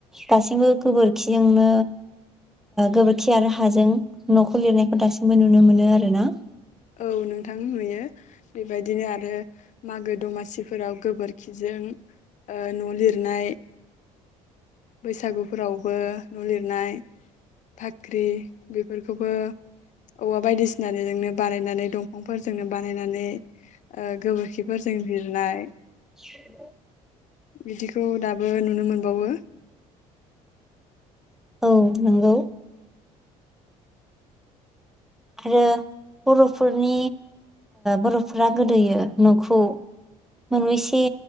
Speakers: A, in the centre; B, on the left.
A: दासि। बो गोबोरखिजोंनो गोबोरखि आरो हाजों नखौ लिरनायखौ दासिमबो नुनो मोनो आर ना।
B: औ नोंथां नुयो, बेबायदिनो आरो मागो दमासिफोराव गोबोरखिजों ओ न लिरनाय, बैसागुफोरावबो न लिरनाय, फाख्रि बेफोरखौबो औवा बायदिसिना जोंनो। बानायनानै दंफांफोरजोंनो बानायनानै। गोबोरखिफोरजों लिरनाय।
A: <inaudible>
B: बिदिखौ दाबो नुनो मोनबावो।
A: औ नंगौ। आरो बरफोरनि बरफोरा गोदोयो नखौ मोनबैसे